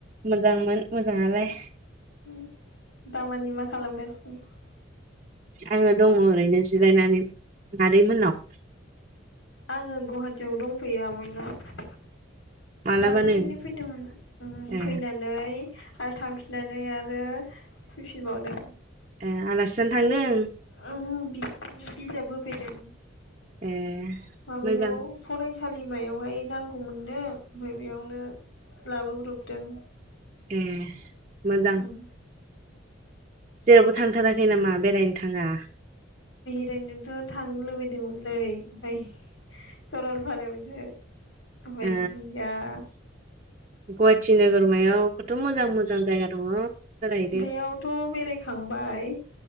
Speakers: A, on the right; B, on the left.
A: मोजांमोन मोजाङालाय।
B: उम। दा मानि मा खालामगासिनो?
A: आंङो दंङ ओरैनो जिरायनानै मादै मोननाव।
B: आंङो गुवाहाटियाव दंफैयो आमायनाव।
A: मालाबानो
B: दाखालिनो फैदोंमोन फैनानै उम
A: ए
B: फैनै आरो थांफिननानै आरो फैफिनबावदों।
A: ए आलासिजानो थांदों?
B: ओहो बिनानावनो बिजाब होफैदों।
A: ए
B: माबायाव
A: मोजां
B: फराय सालिमायावहाय नांगौमोननो ओमफ्राय बेयावनो लाबोब्रबदों।
A: ए। मोजां।
B: उम
A: जेरावबो थांथाराखै नामा बेरायनो थाङा?
B: ओरैनोथ' थांनो लुबैदोंमोनलै ओमफ्राय सरलपारायावसो। <unintelligible>
A: ओ
B: गैया।
A: गुवाहाटि नोगोरमायाव खथ' मोजां मोजां जायगा दङ बेरायहैदो
B: बेयावथ' बेरायखांबाय।